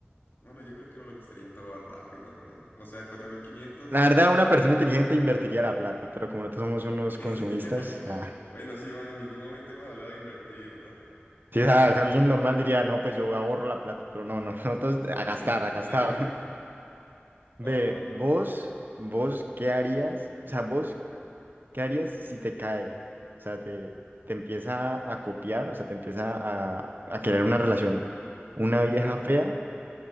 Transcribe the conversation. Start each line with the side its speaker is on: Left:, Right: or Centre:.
Left: mano, yo creo que me lo gastaría todo rápido, mano. O sea, cuatro mil quinientos
Right: La verdad, una persona inteligente invertiría la plata, pero como nosotros somos unos
Left: <laughs>
Right: consumistas, ah,
Left: Bueno, sí, mano, en ningún momento hemos hablado de invertir, ¿no?
Right: sí,
Left: De
Right: o sea,
Left: ni-
Right: alguien normal diría, no, pues yo ahorro la plata, pero no, no, <laughs> nosotros a
Left: <laughs>
Right: gastar, a gastar.
Left: de una.
Right: <laughs> Ve,
Left: Oh, man,
Right: vos, vos, ¿qué harías? O sea, vos, ¿qué harías si te cae? O sea, te, te empieza a copiar, o sea, te empieza a, a querer una relación. Una
Left: ok.
Right: vieja fea,